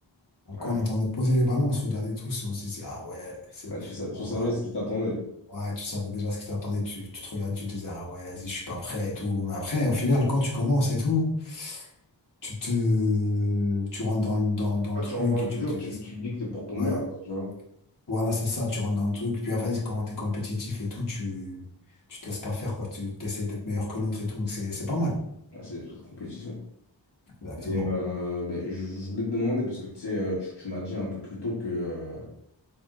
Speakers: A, on the left; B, on the left.
A: Donc,
B: Ouais,
A: quand on entendait poser les ballons, on se regardait tous et on se disait, ah ouais, c'est,
B: Ouais, tu, sa- tu
A: on
B: savais
A: va.
B: ce qui t'attendait.
A: Ouais, tu savais déjà ce qui t'attendait, tu, tu te regardais, tu te disais, ah ouais, vas-y, je suis pas prêt et tout. Bon, Mais après, au final, quand tu commences et tout, tu te, tu rentres dans, le- dans, le- dans
B: Là,
A: le
B: tu
A: truc
B: rentres dans le
A: et
B: dur,
A: tu te dis, vas-y.
B: tu, tu te dis que t'es pour ton
A: Ouais,
B: bien, quoi, tu vois.
A: Voilà, c'est ça, tu rentres dans le truc. Puis après, quand t'es compétitif et tout, tu, tu te laisses pas faire, quoi. Tu essaies d'être meilleur que l'autre et tout. C'est, c'est pas mal.
B: Là, c'est des trucs de compétition.
A: Exactement.
B: Et, euh, ben, je, je voulais te demander, parce que tu sais, euh, tu, tu m'as dit un peu plus tôt que, euh,